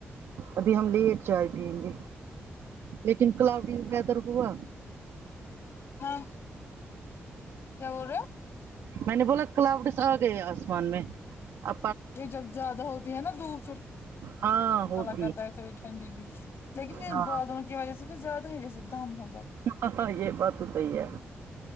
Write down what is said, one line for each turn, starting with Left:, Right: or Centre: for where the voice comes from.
Right: ابھی ہم لیٹ چائے پیئیں گے لیکن کلاؤڈی ویدر ہوا
Left: ہاں کیا بول رہے ہو
Right: میں نے بولا کلاوڈس آ گئے آسمان میں آپ
Left: یہ جب زیادہ ہوتی ہے نا دھوپ
Right: ہاں ہوتی
Left: اللہ کرتا ہے تھوڑی ٹھنڈی بھی لیکن یہ
Right: ہاں
Left: باز کی وجہ سے تو زیادہ ہی جیس دم ہو جات
Right: ہاں ہاں یہ بات تو صحیح ہے